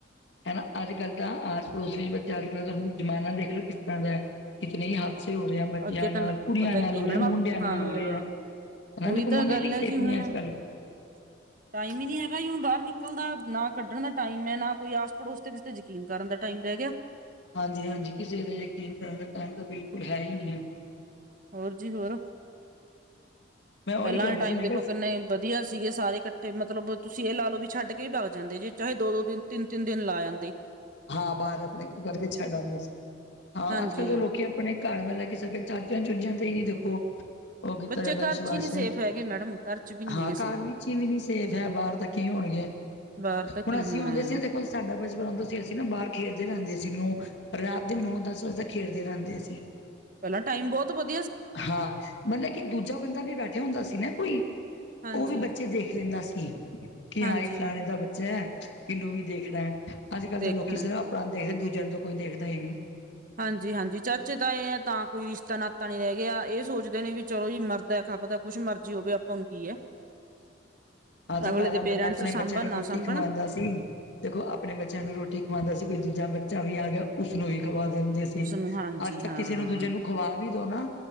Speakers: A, on the left; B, on the right.
A: ਹਨਾ ਅੱਜ ਕੱਲ੍ਹ ਤਾਂ ਆਸ - ਪੜੋਸ ਵਿੱਚ ਬੱਚਾ ਅੱਜ ਕ ਜ਼ਮਾਨਾ ਦੇਖ ਲਓ ਕਿਸ ਤਰ੍ਹਾਂ ਦਾ ਹੈ। ਕਿਤੇ ਹੀ ਹਾਦਸੇ ਹੋ ਰਹੇ ਆਂ। ਬੱਚਿਆਂ
B: ਅੱਗੇ ਤਾਂ
A: ਨਾਲ
B: ਮੈਂ
A: ਕੁੜੀਆਂ
B: ਪਤਾ
A: ਨਾਲ
B: ਕੀ
A: ਹੋ ਰਹੇ
B: ਮੈਡਮ
A: ਮੁੰਡਿਆਂ ਨਾਲ
B: ਹਾਂ
A: ਹੋ ਰਹੇ ਆ। ਹਨਾ।
B: ਉਹੀ
A: ਦੇਖੋ ਮੁੰਡੇ
B: ਤਾਂ ਗੱਲ
A: ਵੀ
B: ਹੈ
A: ਸੇਫ
B: ਜੀ
A: ਨੀ
B: ਹੁਣ
A: ਅੱਜ - ਕੱਲ
B: ਟਾਈਮ ਹੀ ਨੀ ਹੈਗਾ ਜ ਹੁਣ ਬਾਹਰ ਨਿਕਲਦਾ ਨਾ ਕੱਢਣ ਦਾ ਟਾਈਮ ਹੈ। ਨਾ ਕੋਈ ਆਸ - ਪੜੋਸ ਦੇ ਤੇ ਯਕੀਨ ਕਰਨ ਦਾ ਟਾਈਮ ਰਹਿ ਗਿਆ।
A: ਹਾਂਜੀ - ਹਾਂਜੀ ਕਿਸੇ ਕਲੀਨ ਕਰਨ ਦਾ ਟਾਈਮ ਤਾਂ ਬਿਲਕੁਲ ਹੈ। ਹੀ ਨਹੀਂ ਹੈ।
B: ਹੋਰ ਜੀ ਹੋਰ।
A: ਮੈਂ ਉਹੀ
B: ਪਹਿਲਾਂ
A: ਕਹਿ
B: ਆਲੇ
A: ਰਹੀ
B: ਟਾਈਮ
A: ਸੀ ਮੈਂ
B: ਦੇਖੋ
A: ਕਿਹਾ
B: ਕਿੰਨੇ। ਵਧੀਆ ਸੀਗੇ। ਸਾਰੇ ਇਕੱਠੇ ਮਤਲਬ ਤੁਸੀਂ ਏ ਲਾ ਲੋ ਵੀ ਛੱਡ ਕੇ ਈ ਬਗ ਜਾਂਦੇ ਜੇ ਚਾਹੇ ਦੋ-ਦੋ ਤਿੰਨ-ਤਿੰਨ। ਤਿੰਨ - ਦਿਨ ਲਾ ਜਾਂਦੀ।
A: ਹਾਂ ਬਾਰ ਆਪਣੇ ਕਰਕੇ ਛੱਡ ਆਂਦੇ ਸੀ ਹਾਂ
B: ਹਾਂਜੀ
A: ਅੱਜ - ਕੱਲ੍ਹ ਤਾਂ ਲੋਕੀ ਆਪਣੇ। ਘਰ ਮਤਲਬ ਕਿ ਸਕੇ ਚਾਚੀਆਂ - ਚੁਰਜੀਆਂ ਤੇ ਹੀ ਨੀ ਦੇਖੋ। ਉਹ ਕੀਤਾ
B: ਬੱਚੇ
A: ਜਾਂਦਾ
B: ਘਰ
A: ਵਿਸ਼ਵਾਸ
B: ਚ ਹੀ ਨਹੀਂ ਸੇਫ ਹੈਗੇ ਮੈਡਮ ਘਰ ਚ ਵੀ ਨਹੀਂ
A: ਹਾਂ।
B: ਹੈਗੇ ਸੇਫ
A: ਘਰ ਵਿੱਚ ਹੀ ਵੀ ਨੀ ਸੇਫ ਹੈ ਬਾਹਰ ਤਾਂ। ਕੀ ਹੋਣਗੇ।
B: ਬਾਹਰ ਤਾਂ
A: ਹੁਣ
B: ਕੀ
A: ਅਸੀਂ
B: ਹੋਣਾ
A: ਆਉਂਦੇ
B: ਹੈ
A: ਸੀ ਦੇਖੋ ਸਾਡਾ ਬਚਪਨ ਅਸੀਂ ਨਾ ਬਾਹਰ ਖੇਡਦੇ ਰਹਿੰਦੇ ਸੀ ਨੌ ਰਾਤ ਦੇ ਨੌਂ - ਦਸ ਵਜੇ ਤੱਕ ਖੇਡਦੇ ਰਹਿੰਦੇ। ਅਸੀਂ
B: ਪਹਿਲਾ ਟਾਈਮ ਬਹੁਤ ਵਧ
A: ਹਾਂ ਮਤਲਬ ਕਿ ਦੂਜਾ ਬੰਦਾ ਵੀ ਬੈਠਿਆ ਹੁੰਦਾ ਸੀ ਨਾ ਕੋਈ।
B: ਹਾਂਜੀ
A: ਉਹ ਵੀ ਬੱਚੇ ਦੇਖ ਲੈਂਦਾ ਸੀ ਕਿ
B: ਹਾਂਜੀ
A: ਹਾਈ ਫਲਾਣੇ ਦਾ ਬੱਚਾ ਹੈ। ਇਹਨੂੰ ਵੀ ਦੇਖਣਾ ਹੈ ਅੱਜ ਕੱਲ੍ਹ
B: ਦੇਖਣਾ
A: ਤਾਂ ਲੋਕੀ ਸਿਰਫ ਆਪਣਾ ਨੂੰ ਦੇਖਦੇ ਦੂਜਿਆਂ ਨੂੰ ਤਾਂ ਕੋਈ ਦੇਖਦਾ ਹੀ ਨਹੀਂ
B: ਹਾਂਜੀ-ਹਾਂਜੀ ਚਾਚੇ ਤਾਏ ਤਾ ਕੋਈ ਰਿਸ਼ਤਾ ਨਾਤਾ ਨੀ ਰੈ ਗਿਆ ਏ ਸੋਚਦੇ ਨੇ ਵੀ ਚਲੋ ਜੀ ਮਰਦੈ ਖਪਦੈ ਕੁਛ ਮਰਜ਼ੀ ਹੋਵੇ ਆਪਾਂ ਨੂੰ ਕੀ ਹੈ।
A: ਹਾਂ ਤਾਂ
B: ਅਗਲੇ
A: ਪਹਿਲਾਂ
B: ਦੇ
A: ਬੰਦਾ
B: ਪੇਰੈਂਟਸ
A: ਆਪਣੇ
B: ਸਾਂਭਣ
A: ਬੱਚਿਆਂ ਨੂੰ
B: ਨਾ
A: ਰੋਟੀ
B: ਸਾਂਭਣ
A: ਖਵਾਉਂਦਾ ਸੀ। ਦੇਖੋ ਆਪਣੇ ਬੱਚਿਆਂ ਨੂੰ ਰੋਟੀ ਖਵਾਉਂਦਾ ਸੀ ਕੋਈ ਦੂਜਾ ਬੱਚਾ ਵੀ ਆ ਗਿਆ ਉਸਨੂੰ ਵੀ ਖਵਾ ਦਿੰਦੇ ਸੀ।
B: ਉਸ ਨੂੰ ਹਾਂਜੀ
A: ਅੱਜ ਤੱਕ
B: ਹਾਂ
A: ਕਿਸੇ ਨੂੰ ਦੂਜੇ ਨੂੰ ਖਵਾ ਵੀ ਦੋ ਨਾ